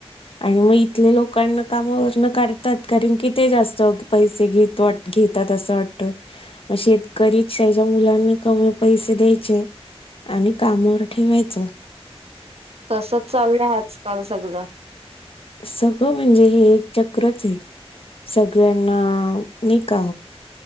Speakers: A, on the left; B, on the right.
A: आणि म इथल्या लोकांना कामावरन काढतात कारण किथ जास्त पैसे घेत वाट तात अस वाटत, म शेतकरीच्या मुलांना कमी पैसे द्यायचे. आणि कामावर ठेवायचं.
B: तसच चाललंय आजकाल सगळ.
A: सगळं म्हणजे हे एक चक्रच आहे, सगळ्यांना नाई का